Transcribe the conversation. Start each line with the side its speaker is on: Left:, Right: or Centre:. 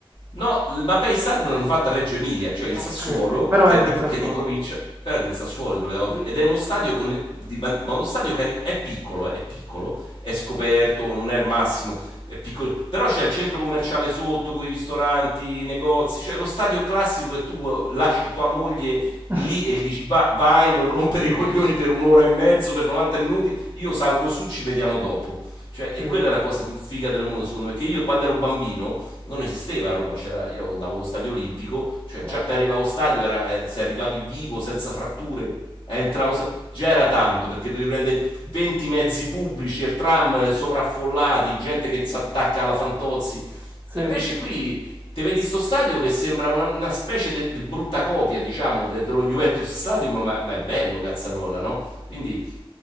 Left: No, il Mapei Stadium l'hanno fatta a Reggio Emilia, cioè il
Right: Ok,
Left: Sassuolo,
Right: però
Left: che
Right: è
Left: è
Right: del
Left: di, pro-
Right: Sassuolo.
Left: che è di provincia, però è del Sassuolo, di proprietà, ovvio,
Right: Dico.
Left: ed è uno stadio, con il- di ban- ma uno stadio cari- è piccolo, è piccolo, è scoperto, non è il massimo, è piccolo, però c'è il centro commerciale sotto, con i ristoranti, i negozi, cioè lo stadio classico che tu eh, lasci tua moglie
Right: <laughs>
Left: lì e gli dici "Va- vai, non rompere i coglioni per un'ora e mezzo, per 90 minuti, io salgo su, ci vediamo dopo. Cioè, e
Right: Sì,
Left: quella è la cosa più figa del mondo, secondo me. Perché io quando ero bambino non esisteva a Roma. C'era, io andavo allo stadio olimpico, cioè
Right: certo.
Left: già per arrivare allo stadio, era, eh, se arrivavi vivo, senza fratture, a entrare allo sta- già era tanto perché dovevi prendere 20 mezzi pubblici e tram eh, sovraffollati, gente che si attacca alla Fantozzi.
Right: Sì.
Left: E invece qui te vedi sto stadio che sembra una, una specie di brutta copia, diciamo, de- dello Juventus Stadium, ma, ma è bello, cazzarolla, no? Quindi,